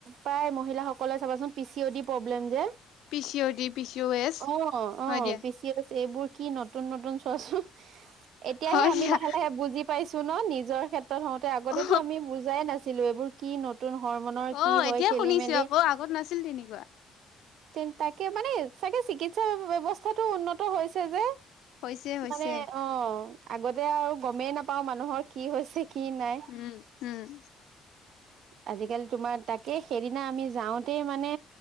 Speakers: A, on the right; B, on the left.
A: প্ৰায় মহিলাসকলে চাবাচোন P C O D problem যে।
B: P C O D, P C S
A: অ
B: হয়
A: অ
B: দিয়া,
A: পিচি ' এইবোৰ কি নতুন নতুন চোৱাচোন এতিয়াহে
B: হয়
A: আমি
B: দিয়া।
A: লাহে লাহে বুজি পাইছো। চুন নিজৰ ক্ষেত্ৰত হওঁতে আগতেটো
B: অ',
A: আমি বুজাই নাছিলো এইবোৰ কি ন। নতুন হমনৰ
B: অ',
A: কি হয়
B: এতিয়া
A: খেলি
B: শুনিছো
A: মেলি'
B: আকৌ আগত নাছিল তেনেকুৱা।
A: তে তাকে মানে চাগে চিকিৎসা ব্যবস্থাটো উন্নত হৈছে যে।
B: হৈছে, হৈছে,
A: মানে অ আগতে আৰু গমেই নাপাও মানুহৰ কি হৈছে। কি নাই
B: উম উম।
A: আজিকালি তোমাৰ তাকে সেইদিনা আমি যাওঁতে মানে